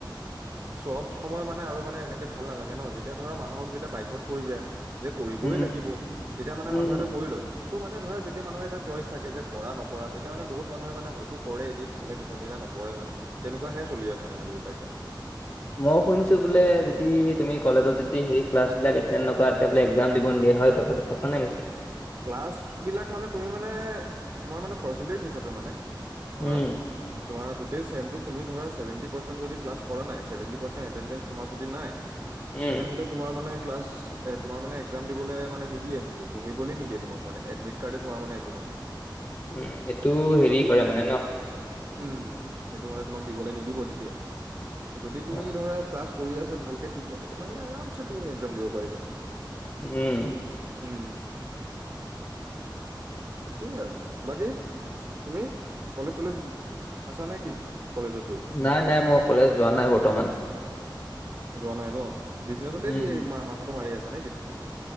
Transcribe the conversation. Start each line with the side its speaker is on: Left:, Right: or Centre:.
Right: চব সময় মানে আৰু মানে এনেকে ভাল নালাগে ন', যেতিয়া ধৰা মানুহক যেতিয়া বাধ্যত পৰি যায় যে কৰিবই
Left: উম
Right: লাগিব, তেতিয়া মানে
Left: উম
Right: মানুহ এটা কৰি লয়। কিন্তু মানে ধৰা যেতিয়া মানুহে এটা চইচ থাকে যে কৰা নকৰা, তেতিয়া মানে বহুত মানুহে মানে হয়তো কৰে এদিন নহ'লে পিছৰদিনা নকৰে মানে। তেনেকুৱাহে চলি আছে, মানে বুজি পাইছা?
Left: মই শুনিছোঁ,
Right: উম,
Left: বোলে যদি তুমি কলেজত যদি হেই ক্লাছবিলাক এটেণ্ড নকৰা তেতিয়া বোলে এক্সাম দিব নিদিয়ে হয় কথাটো। সঁছা নে মিছা?
Right: ক্লাছ বিলাক মানে তুমি মানে তোমাৰ মানে পাৰ্চেনটেজ হিচাপে মানে
Left: উম
Right: ধৰা। তোমাৰ গোটেই ছেমটোত তুমি ধৰা ছেভেনটি পাৰ্চেণ্ট যদি ক্লছ কৰা নাই, চেভেনটি পাৰ্চেন্ত যদি নাই
Left: উম
Right: তেনেহ'লে তোমাৰ মানে ক্লাছ তোমাৰ মানে একজাম দিবলৈ মানে নিদিয়ে সিহ'তে। বহি বহিবলে নিদিয়ে তোমাৰ মানে এডমিট কাৰ্ডখনে তোমাৰ মানে এইটো নহয়।
Left: উম। এইটো হেৰি
Right: যদি
Left: কৰে মানে ন?
Right: উম, সেইটো মানে তোমাক দিবলৈ নিদিব তেতিয়া। যদি তুমি
Left: অ
Right: ধৰা ক্লাছ কৰি আছা ভালকে ঠিকমতে তেনেহ'লে আৰামচে তুমি এক্সাম দিব পাৰিবা।
Left: উম।
Right: উম' তাকেই আৰু বাকী তুমি কলেজ চলেজ। আছ নেকি কলেজত গৈ?
Left: নাই নাই মই কলেজ যোৱা নাই বৰ্তমান।
Right: যোৱা নাই ন, বিজনেছতে
Left: উম
Right: দিয়ে মাথাটো মাৰি আছা নেকি তুমি এতিয়া?